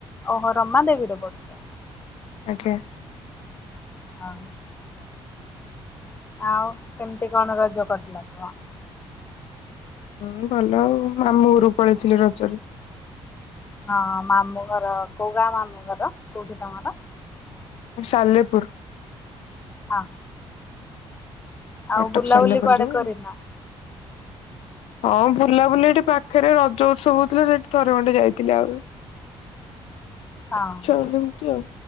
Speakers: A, on the left; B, on the left.
A: ଓହୋ ରମା ଦେବୀରେ ପଢୁଛ।
B: ଆଜ୍ଞା।
A: ହଁ। ଆଉ କେମିତି କଣ ରଜ କଟିଲା କୁହ।
B: ହୁଁ ଭଲ ଆଉ ମାମୁଁ ଘରୁ ପଳେଇଥିଲି ରଜରେ
A: ହଁ ମାମୁଁ ଘର କୋଉ ଗାଁ ମାମୁଁ ଘର କୋଉଠି ତମର
B: ସାଲେପୁର
A: ହଁ।
B: କଟକ
A: ଆଉ ବୁଲାବୁଲି
B: ସରିଲା ପରେ
A: କୁଆଡେ
B: ଯୋଉ
A: କରିନ
B: ହଁ ବୁଲାବୁଲି ଏଠି ପାଖରେ ରଜ ଉତ୍ସବ ହଉଥିଲା ସେଠି ଥରେ ଖଣ୍ଡେ ଯାଇଥିଲେ ଆଉ।
A: ହଁ
B: ଇଚ୍ଛା ହଉନି ଏମିତି ଆଉ